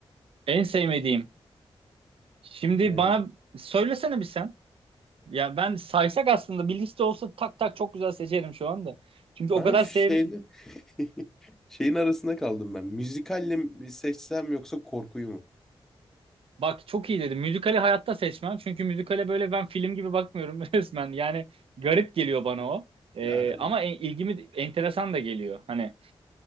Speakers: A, on the right; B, in the centre.
A: en sevmediğim. Şimdi
B: <laughs> Aynen.
A: bana söylesene bir sen. Ya ben saysak aslında bir liste olsa tak tak çok güzel seçerim şu anda. Çünkü o
B: Ben
A: kadar
B: şeyle
A: sev...
B: <laughs> şeyin arasında kaldım ben. Müzikalle mi seçsem yoksa korkuyu mu?
A: Bak çok iyi dedim. Müzikali hayatta seçmem. Çünkü müzikale böyle ben film gibi bakmıyorum <laughs> resmen. Yani garip geliyor bana
B: Hı.
A: o. Ee,
B: Ya
A: ama en- ilgimi enteresan da geliyor. Hani